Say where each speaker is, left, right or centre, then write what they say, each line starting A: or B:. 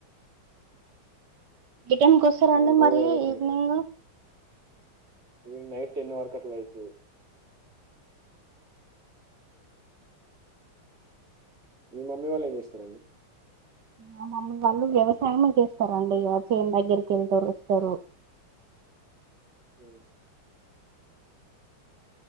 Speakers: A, on the right; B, on the right.
A: ఏ టైంకి వస్తారండి
B: వాళ్ళు రోజు
A: మరి
B: అదే
A: ఈవినింగు
B: ఉ నైట్ టెన్ వరకు అట్ల అయితది మీ మమ్మీ వాళ్ళు ఏమ్ చేస్తారండి
A: మా మమ్మీ వాళ్ళు వ్యవసాయమే చేస్తారండి ఇగా చేన్ దగ్గరికి వెళ్తారు వస్తారు.
B: ఓ